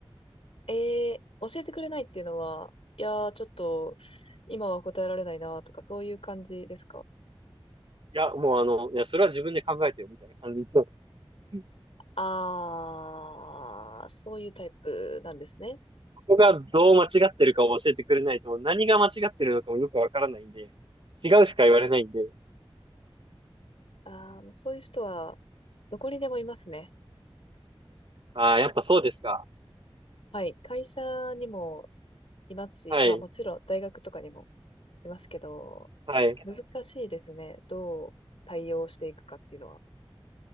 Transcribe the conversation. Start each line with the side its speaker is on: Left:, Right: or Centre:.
Left: えー、教えてくれないっていうのは、いやー、ちょっと今は答えられないなとか、そういう感じですか
Right: いや、もうあの、いや、それは自分で考えてよ、みたいな感じで。うん
Left: ああ、そういうタイプなんですね。
Right: ここがどう間違ってるかを教えてくれないと、何が間違ってるのかもよくわからないんで、違うしか言われないんで、
Left: ああ、もうそういう人はどこにでもいますね。
Right: ああ、やっぱそうですか。
Left: はい。会社にもいますし、
Right: はい、
Left: まあもちろん大学とかにもいますけど、
Right: はい。
Left: 難しいですね。どう対応していくかっていうのは。